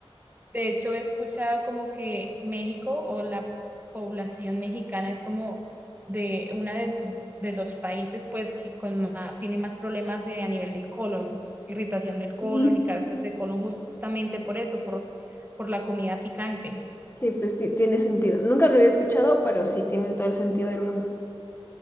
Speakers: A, on the right; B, on the left.
A: De hecho, he escuchado como que México o la población mexicana es como de una de, de los países pues que con ma- tiene más problemas eh, a nivel del colon, irritación del colon
B: Mm.
A: y cáncer de colon justamente por eso, por, por la comida picante.
B: Sí, pues ti- tiene sentido. Nunca lo había escuchado, pero sí tiene todo el sentido del mundo.